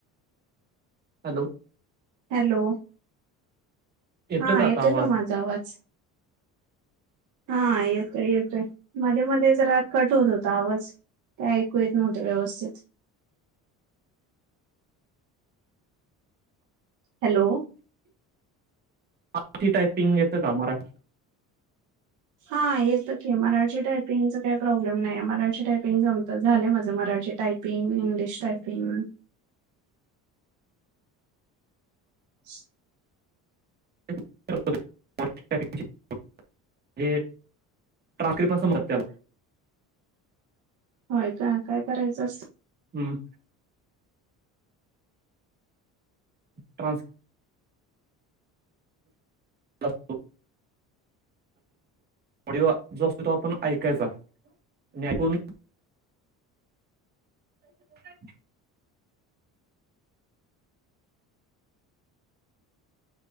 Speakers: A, on the right; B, on the right.
A: हॅलो
B: हॅलो
A: येतो
B: हा
A: आता
B: येेतोय
A: आवाज
B: का माझा आवाज? हा येतोय येतोय मध्ये मध्ये जरा कट होत होता आवाज. काय ऐकू येत नव्हत व्यवस्थित. हॅलो
A: मराठी टायपिंग येत का मराठी?
B: हा येतं की मराठी टायपिंगच काही प्रॉब्लेम नाही मराठी टायपिंग जमत झालं माझं मराठी टायपिंग इंग्लिश, टायपिंग. <inaudible>
A: <unintelligible> हे ट्राकत न समत त्याला.
B: होय का काय करायचं असत?
A: हम्म ट्रानस असतो. ऑडिओ जो असतो तो आपण ऐकायचा आणि ऐकून <inaudible>